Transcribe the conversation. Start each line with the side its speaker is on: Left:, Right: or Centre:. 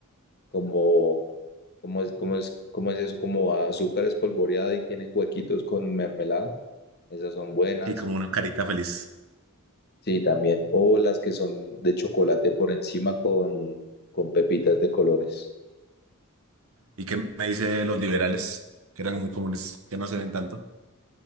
Left: como, como es, como es, como es eso, como azúcar espolvoreada y tienen huequitos con mermelada. Esas son buenas.
Right: Y como una carita feliz.
Left: Sí, también. O las que son de chocolate por encima con, con pepitas de colores.
Right: ¿Y qué me dice de los liberales? Que eran muy comunes, que no se ven tanto.